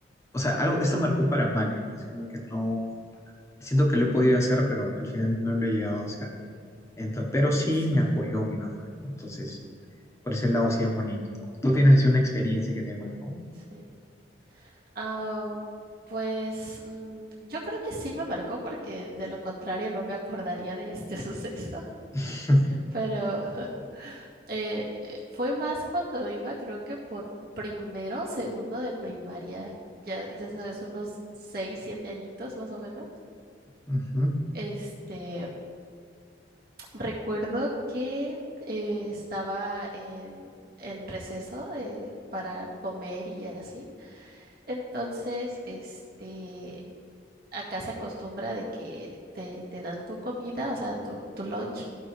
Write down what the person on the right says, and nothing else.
sí,
sí. Ah, pues mm, yo creo que sí me marcó porque de lo contrario no me acordaría de este <laughs> suceso,
pero... Eh, eh, fue más cuando iba, creo que por primero o segundo de primaria, ya, ya sabes, unos seis, siete añitos más o menos.
Este, recuerdo que eh, estaba en, en receso eh, para comer y así. Entonces, este, acá se acostumbra de que te, te dan tu comida, o sea, tu, tu lunch,